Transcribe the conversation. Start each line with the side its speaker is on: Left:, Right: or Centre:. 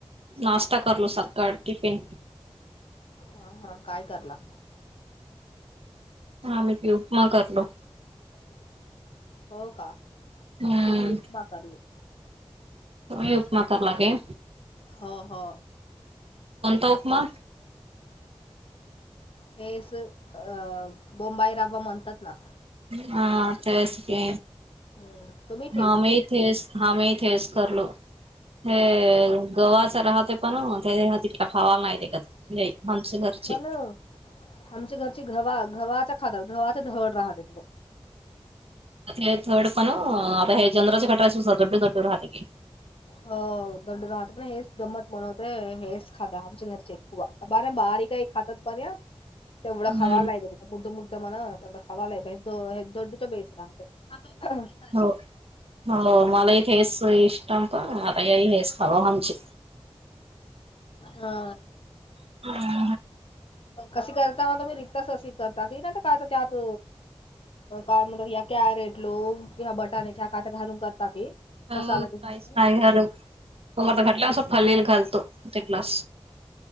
Right: नाश्ता करलो सकाळ टिफिन
Left: हा हा काय करला?
Right: हा मी बी उपमा करलो.
Left: हो का
Right: हम्म
Left: आम्ही बी उपमा करलो.
Right: तुम्ही उपमा कर लागे.
Left: हा हा.
Right: कोणता उपमा?
Left: हेच अ बोंबाईरावा म्हणतात ना
Right: हा तेच की
Left: हम्म तुम्ही फेस
Right: हा मी
Left: की
Right: इथेस हा मीथेच करलो हे गव्हाच राहते पण हो ते हा इठला खावाला नाही तेे करती हे आमची घरची.
Left: पण आमच्या घरची गव्हा गव्हाच्या खाता गव्हाचा धवड राहते तिलं.
Right: हे थर्ड पनं आता हे चंद्राच्या कट्राचेस <unintelligible> राहते की.
Left: हो गंडू राहते पण हेच गमत म्हणवते हेच खाधा आमच्या घरचे. वा बारम बाहरी काही खातत तरया तेवढा
Right: हम्म
Left: खावा नाही देलं. मुद्द मुद्द म्हणा त्याला खवालाो हे दोड च बेच राहते. <unintelligible>
Right: हो हो मलाही खेस इस्टंप आता ही हेच खावा आमची.
Left: हा.
Right: <unintelligible>
Left: कशी करता मग मी रिक्तास अशी करता की नाही काय त्यात अ काय म्हणरीया या कॅरेट लो किंवा बटाणेच्या कात घालून करता की.
Right: हो
Left: मसाला
Right: काहीच
Left: ते घालते.
Right: नाही घर तम घटल्या फलेल घालतो ते कलास. <unintelligible>